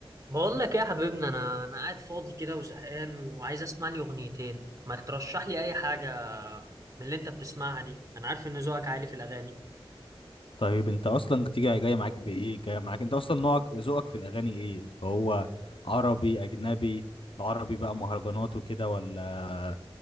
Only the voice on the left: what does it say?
طيب انت اصلا تيجي جاي معاك بايه جاي معاك انت اصلا نوعك ذوقك في الاغاني ايه اللي هو عربي اجنبي العربي بقى مهرجانات وكده ولا